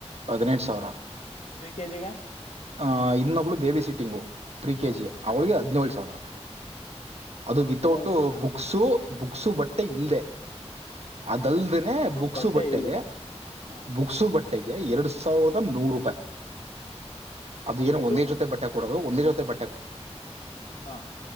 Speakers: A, on the right; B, on the left.
A: ಹದಿನೆಟು ಸಾವಿರಾ..
B: ಕೆಜಿಗ.
A: ಆ ಇನ್ನೊಬ್ಳು ಬೇಬಿ ಸೀಟಿಂಗೋ. ಪ್ರಿ ಕೆಜಿ
B: ಹ್ಮ್
A: ಅವಳಿಗೆ ಹದಿನೇಳು. ತೋರ. ಅದು
B: ಹದ್ನೇಳು
A: ವಿತೌಟ
B: ಸಾವಿರ
A: ಬುಕ್ಸು.. ಬುಕ್ಸು ಬಟ್ಟೆ ಇಲ್ಲದೆ.. ಅದಲ್ದನೆ ಬುಕ್ಸು
B: ಬಟ್ಟೆ
A: ಬಟ್ಟೆಗೆ
B: ಇಲ್ಲೇನೆ ಹಾ
A: ಬುಕ್ಸು ಬಟ್ಟೆ. ಗೆ ಎರಡು ಸಾವಿರದ ನೂರು ರೂಪಾಯಿ ಅದು
B: ಬುಕ್ಸು
A: ಏನೋ ಒಂದೇ ಜೊತೆ ಬಟ್ಟೆ ಕೊೂಡೋದು ಒಂದೇ ಜೊತೆ ಬಟ್ಟೆ.
B: ಹಾ